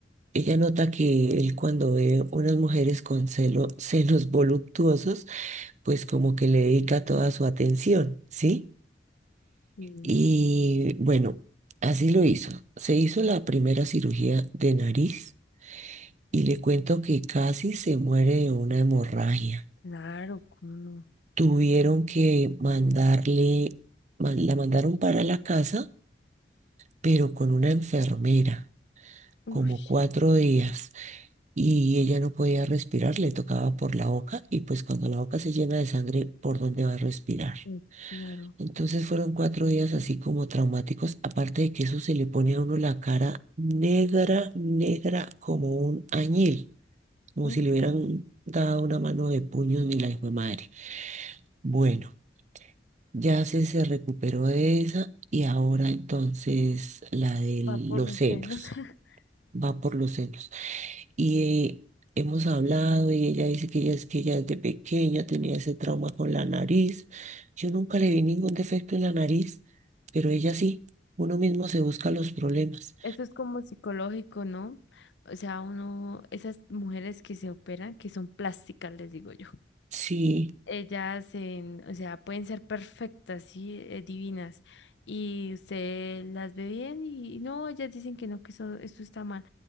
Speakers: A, on the right; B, on the left.
A: ella nota que él cuando ve unas mujeres con celo- senos voluptuosos, pues como que le dedica toda su atención, ¿sí?
B: sí.
A: Y bueno, así lo hizo. Se hizo la primera cirugía de nariz y le cuento que casi se muere de una hemorragia.
B: Claro, cómo no.
A: Tuvieron que mandarle, man- la mandaron para la casa, pero con una enfermera,
B: Uy,
A: como cuatro días, y ella no podía respirar, le tocaba por la boca, y pues cuando la boca se llena de sangre, ¿por dónde va a respirar?
B: Pues claro.
A: Entonces fueron cuatro días así como traumáticos, aparte de que eso se le pone a uno la cara negra, negra como un añil, como
B: Uf,
A: si le hubieran dado una mano de puños ni la hijo de madre. Bueno. Ya se, se recuperó de esa y ahora entonces la de
B: va por
A: los
B: los
A: senos,
B: senos. <laughs>
A: va por los senos. Y eh, hemos hablado y ella dice que ella es que ella desde pequeña tenía ese trauma con la nariz. Yo nunca le vi ningún defecto en la nariz, pero ella sí, uno mismo se busca los problemas.
B: eso es como psicológico, ¿no? O sea, uno, esas mujeres que se operan, que son plásticas, les digo yo.
A: Sí,
B: Ellas, en- o sea, pueden ser perfectas, sí, eh, divinas. Y usted las ve bien y no, ellas dicen que no, que eso, esto está mal.